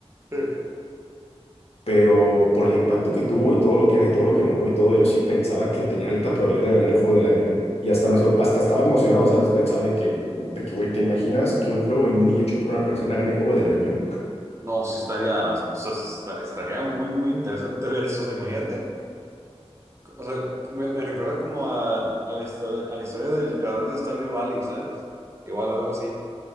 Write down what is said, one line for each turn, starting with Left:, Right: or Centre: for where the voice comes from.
Right: Sí.
Left: pero por el impacto que tuvo y todo lo que era y todo lo que no hubo y todo, yo sí pensaba que tenía alta probabilidad de ganar el juego del año. Y hasta, me sor- hasta estaba emocionado, ¿sabes? Pensaba de que, de que, güey, ¿te imaginas que un juego indie hecho por una persona gane juego del año?
Right: No, sí estaría, o sea, esta- estaría muy, muy interesante ver eso. O sea, imagínate. O sea, me, me recuerda como a, a la historia, a la historia del creador de Stardew Valley, ¿sabes? Igual algo así.